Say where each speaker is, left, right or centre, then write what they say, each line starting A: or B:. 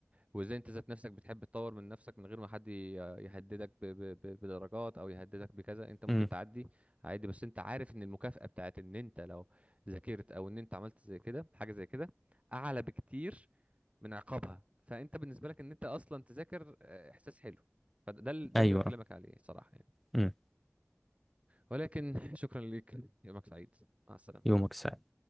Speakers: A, on the right (about 25°); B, in the centre.
A: وازاي انت ذات نفسك بتحب تطور من نفسك من غير ما حد ي- يهددك ب... ب... ب- بدرجات او يهددك بكذا انت ممكن
B: امم
A: تعدي عادي بس انت عارف ان المكافأة بتاعت ان انت لو ذاكرت او ان انت عملت زي كده حاجة زي كده اعلى بكتير من عقابها فانت بالنسبة لك ان انت اصلا تذاكر آه، احساس حلو فده ده
B: ايوه
A: اللي بكلمك عليه صراحة يعني.
B: امم
A: ولكن شكرا لك يومك سعيد مع السلامة
B: يومك سعيد